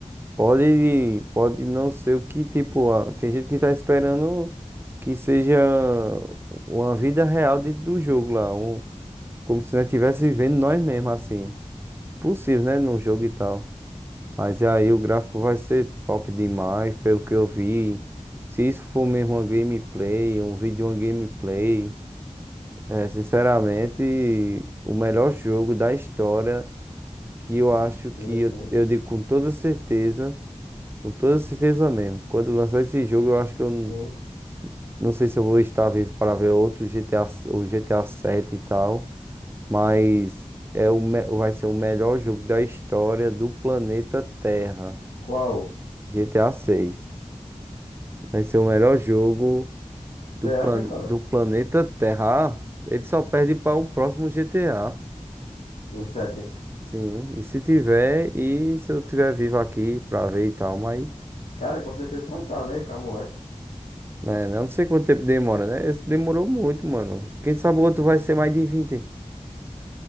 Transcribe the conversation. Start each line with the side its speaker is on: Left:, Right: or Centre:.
Right: Pode, pode não ser o que, tipo, a- tem gente que tá esperando que seja uma vida real dentro do jogo lá, um, como se nós estivesse vivendo nós mesmos, assim. Possível, né, num jogo e tal. Mas aí o gráfico vai ser top demais, pelo que eu vi. Se isso for mesmo uma gameplay, um vídeo, uma gameplay, é, sinceramente, o melhor jogo da história que eu acho
Left: Sim,
Right: que,
Left: sim,
Right: eu eu digo com toda certeza. Com toda certeza mesmo. Quando lançar esse jogo, eu acho que eu n-
Left: sim.
Right: não sei se eu vou estar vivo para ver outro GTA, s- o GTA 7 e tal, mas é o, me- vai ser o melhor jogo da história do planeta Terra.
Left: Qual?
Right: GTA 6. Vai ser o melhor jogo
Left: Você
Right: do, plan,
Left: acha, cara?
Right: do planeta Terra. Ah, ele só perde para o próximo GTA.
Left: O sete
Right: Sim, e se tiver, e se eu tiver vivo aqui para ver e tal, mas
Left: Cara, com certeza vai estar, né? Camulacho.
Right: né? Eu não sei quanto tempo demora, né? Esse demorou muito, mano. Quem sabe o outro vai ser mais de vinte